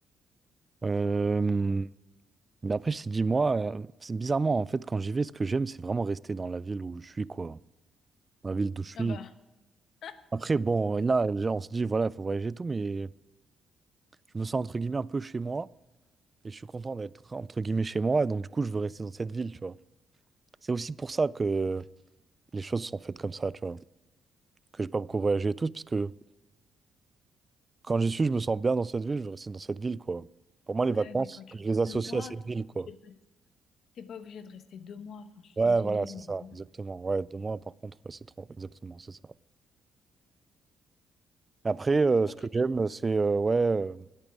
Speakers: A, on the right; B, on the left.
A: Euh, Mais après, je t'ai dit, moi, euh, c'est bizarrement, en fait, quand j'y vais, ce que j'aime, c'est vraiment rester dans la ville où je suis, quoi. La ville d'où je suis.
B: Ah bah, <laughs>
A: Après, bon, là, on se dit, voilà, il faut voyager et tout, mais je me sens, entre guillemets, un peu chez moi, et je suis content d'être, entre guillemets, chez moi, donc du coup, je veux rester dans cette ville, tu vois. C'est aussi pour ça que les choses sont faites comme ça, tu vois. Que j'ai pas beaucoup voyagé et tout, c'est parce que Quand j'y suis, je me sens bien dans cette ville, je veux rester dans cette ville, quoi. Pour moi, les
B: Ouais,
A: vacances,
B: mais quand tu
A: je
B: restes
A: les associe
B: deux mois,
A: à cette ville, quoi.
B: t'es pas obligé de rester- t'es pas obligé de rester deux mois. Enfin, je suis
A: Ouais,
B: désolée,
A: voilà, c'est
B: mais
A: ça,
B: non.
A: exactement. Ouais, deux mois, par contre, ouais, c'est trop. Exactement, c'est ça. Après, euh,
B: ok.
A: ce que j'aime, c'est euh, ouais, euh,